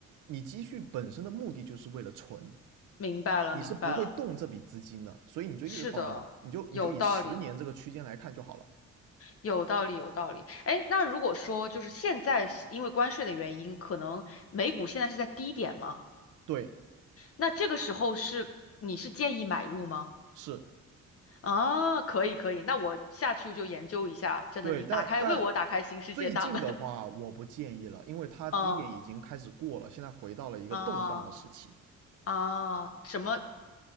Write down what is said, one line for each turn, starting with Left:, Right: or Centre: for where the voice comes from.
Right: 你积蓄本身的目的就是为了存，
Left: 明白了明白了，
Right: 你是不会动这笔资金的，所以你就一直放在那，
Left: 是的，
Right: 你就你就以十年这个区间来看就好了。
Left: 有道理。有道理，有道理。哎，那如果说就是现在是因为关税的原因，可能美股现在是在低点吗？
Right: 对，
Left: 那这个时候是你是建议买入吗？
Right: 是，
Left: 啊，可以可以，那我下去就研究一下。真的，
Right: 对，
Left: 你打开为我打开新世界大门。
Right: 但但最近的话，
Left: <laughs>
Right: 我不建议了，因为它低点已经开始过了，
Left: 嗯
Right: 现在回到了一个动荡的时期。
Left: 啊啊，什么